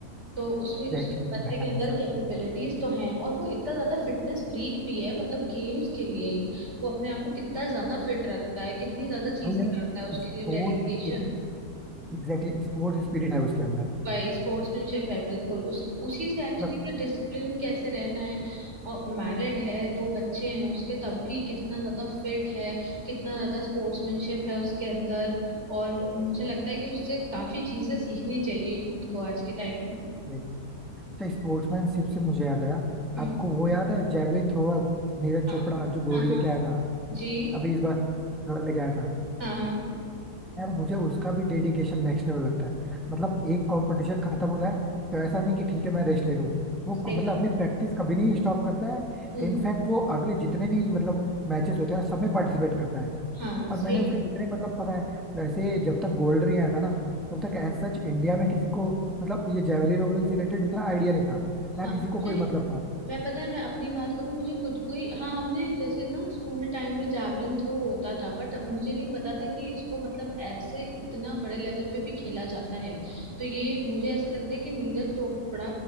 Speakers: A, on the right; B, in the centre.
A: तो उसमें
B: Exactly
A: उस
B: exactly,
A: बंदे
B: वो
A: के
B: है
A: अंदर
B: ऐसा
A: कैपेबिलिटीज तो हैं और वो इतना ज्यादा फिटनेस फ्रीक भी है मतलब गेम्स के लिए ही वो अपने आप को कितना ज्यादा फिट रखता है कितनी ज्यादा चीजें
B: वही है ना
A: करता है उसके
B: sports
A: लिए डेडिकेशन
B: spirit Exactly sports spirit है उसके अंदर
A: भाई स्पोर्ट्समैनशिप है बिल्कुल उस उसी से एक्चुअली
B: मतलब
A: कि डिसिप्लिन कैसे रहना है और मैरिड है दो बच्चे हैं उसके तब भी कितना ज्यादा फिट है कितना ज्यादा स्पोर्ट्समैनशिप है उसके अंदर और मुझे लगता है कि उससे काफी चीजें सीखनी चाहिए यूथ को आज के टाइम में
B: लेकिन- अच्छा स्पोर्ट्समैनशिप से मुझे याद आया
A: हम्म
B: आपको वो याद है जेवलिन थ्रोअर नीरज
A: हाँ
B: चोपड़ा जो गोल्ड
A: हाँ हाँ
B: लेके आया था
A: जी
B: अभी इस बार सिल्वर लेके आया था
A: हाँ हाँ,
B: यार मुझे उसका भी डेडिकेशन नेक्स्ट लेवल लगता है मतलब एक कंपटीशन खत्म होता है तो ऐसा नहीं कि ठीक है मैं रेस्ट ले लूं वो क-
A: सही
B: मतलब
A: बात
B: अपनी प्रैक्टिस कभी नहीं स्टॉप करता है
A: हम्म
B: इनफैक्ट वो अगले जितने भी मतलब मैचेस होते हैं सब में पार्टिसिपेट करता है
A: हाँ
B: और
A: सही
B: मैंने
A: कह
B: उसके जितने
A: रहे
B: मतलब पता है वैसे जब तक गोल्ड नहीं आया था ना तब तक एज सच इंडिया में किसी को मतलब ये जेवलिन वोवलिन से रिलेटेड उतना आइडिया नहीं था ना
A: हो। हाँ
B: किसी को
A: मुझे
B: कोई मतलब था
A: मैं पता है मैं अपनी बात करूँ मुझे खुद को ही हाँ हमने जैसे ना स्कूल टाइम में जावलिन थ्रो होता था बट मुझे नहीं पता था कि इसको मतलब ऐसे इतना बड़े लेवल पे भी खेला जाता है तो ये मुझे ऐसा लगता है कि नीरज चोपड़ा